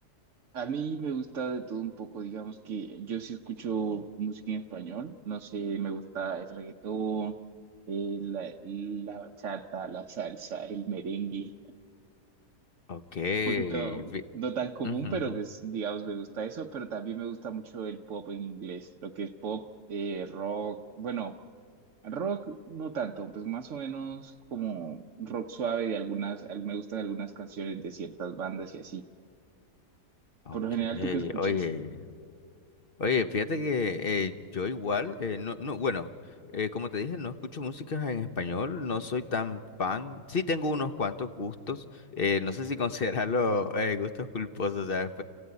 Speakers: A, on the right; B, on the left.
A: A mí me gusta de todo un poco, digamos que yo sí escucho música en español, no sé, me gusta el reggaetón, eh, la, la bachata, la salsa, el merengue,
B: Ok.
A: un poquito
B: fi-
A: no tan común,
B: ujú,
A: pero
B: ujú.
A: pues digamos me gusta eso, pero también me gusta mucho el pop en inglés, lo que es pop, eh, rock, bueno, rock no tanto, pues más o menos como rock suave de algunas, al- me gustan algunas canciones de ciertas bandas y así.
B: Ok,
A: Por lo general, ¿tú qué escuchas?
B: oye, oye, fíjate que eh, yo igual, eh, no, no, bueno, eh, como te dije, no escucho música en español, no soy tan fan, sí tengo unos cuantos gustos, eh, no sé si <laughs> considerarlo eh, gustos culposos, ¿sabes?